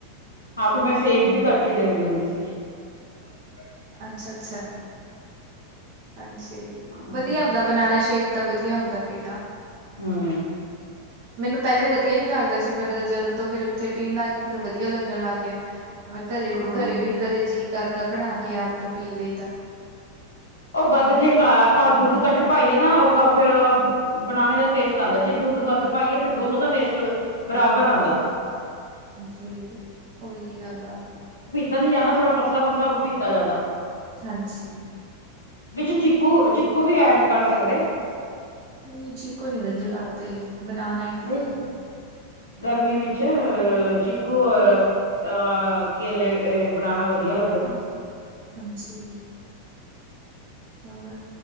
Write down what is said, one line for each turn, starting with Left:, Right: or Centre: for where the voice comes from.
Left: ਹਾਂ, ਤੇ ਮੈਂ ਸੇਬ ਵੀ ਕੱਟ ਕੇ ਦਿੰਦੀ ਹੁੰਦੀ ਸੀ। <unintelligible>
Right: ਅੱਛਾ-ਅੱਛਾ ਹਾਂਜੀ,
Left: ਹਾਂ
Right: ਵਧੀਆ ਹੁੰਦਾ ਬਨਾਨਾ ਸ਼ੇਕ ਤਾਂ ਵਧੀਆ ਹੁੰਦਾ ਪੀਣਾ
Left: ਹੂੰ,
Right: ਮੈਨੂੰ ਪਹਿਲੇ ਵਧੀਆ ਨੀ ਲੱਗਦਾ ਸੀ ਪਰ ਜਦੋਂ ਤੋਂ ਫਿਰ ਉੱਥੇ ਪੀਣ ਲੱਗ ਗਈ ਮੈਨੂੰ ਵਧੀਆ ਲੱਗਣ ਲੱਗ ਗਿਆ। ਮੈਂ ਕਦੇ
Left: ਹਾਂ
Right: ਘਰੇ ਵੀ ਕਦੇ ਜੀਅ ਕਰਦਾ ਬਣਾ ਕੇ ਆਪਦਾ ਪੀ ਲਈ ਦਾ,
Left: ਉਹ ਵੱਧ ਜੇ ਆਪਾਂ ਦੁੱਧ ਕੱਟ ਪਾਈਏ ਨਾ ਉਹ ਫੇਰ ਬਨਾਨੇ ਦਾ ਟੇਸਟ ਆਦਾ ਜੇ, ਦੁੱਧ ਵੱਧ ਪਾਈਏ ਫਿਰ ਦੋਨੋ ਦਾ ਟੇਸਟ ਬਰਾਬਰ ਆਦਾ।
Right: ਜੀ ਉਹੀ ਗੱਲ ਆ।
Left: ਪਤਾ ਨੀ ਜਾਂਦਾ ਥੋੜਾ ਪਤਲਾ-ਪਤਲਾ ਪੀਤਾ ਜਾਂਦਾ।
Right: ਹਾਂਜੀ,
Left: ਵਿੱਚ ਚੀਕੂ-ਚੀਕੂ ਵੀ ਐਡ ਕਰ ਸਕਦੇ।
Right: ਨਹੀਂ ਚੀਕੋ ਨੀ ਵਧੀਆ ਲੱਗਦੇ ਬਨਾਨਾ ਹੀ ਵਧੀਆ
Left: ਨਹੀਂ
Right: ਲੱਗਦਾ।
Left: ਗਰਮੀ ਵਿੱਚ ਚੀਕੂ ਔਰ ਅਹ ਕੇਲੇ ਬਨਾਨਾ ਵਧੀਆ। ਲੱਗਦਾ ਨਾ
Right: ਹਾਂਜੀ ਹੋਰ